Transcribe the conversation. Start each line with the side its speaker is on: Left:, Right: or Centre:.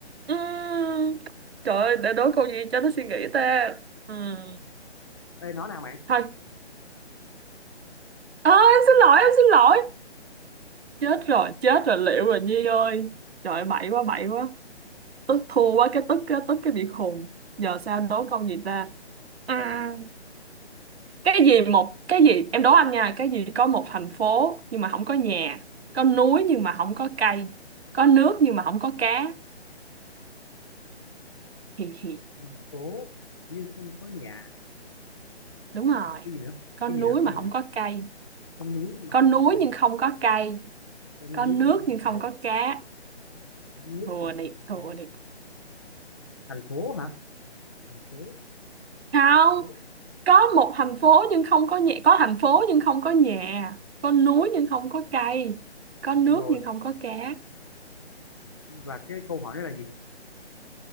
Right: Ừm, trời ơi để đối câu gì cho nó suy nghĩ ta Ừm,
Left: ê nói nào mày
Right: thôi à, em xin lỗi em xin lỗi chết rồi chết rồi liệu rồi Nhi ơi trời ơi, bậy quá bậy quá tức thua quá cái tức cái tức cái bị khùng giờ sao đố câu gì ta à, cái gì một cái gì em đố anh nha cái gì có một thành phố nhưng mà không có nhà có núi nhưng mà không có cây có nước nhưng mà không có cá hì hì
Left: thành phố nhưng không có nhà
Right: đúng rồi
Left: cái gì nữa
Right: có
Left: cái
Right: núi
Left: gì nữa cái
Right: mà
Left: gì
Right: không
Left: nữa
Right: có cây
Left: có núi mà
Right: có
Left: không
Right: núi
Left: có cây
Right: nhưng không có cây
Left: có núi
Right: có nước
Left: nhưng không
Right: nhưng
Left: có
Right: không
Left: cây
Right: có cá
Left: có nước
Right: thua
Left: nhưng
Right: đi
Left: không có
Right: thua
Left: cá
Right: đi
Left: thành phố hả thành phố
Right: không
Left: thành phố
Right: có một thành phố nhưng không có nhà có thành phố nhưng không có nhà có núi nhưng không có cây có nước
Left: rồi
Right: nhưng không có cá
Left: và cái câu hỏi đó là gì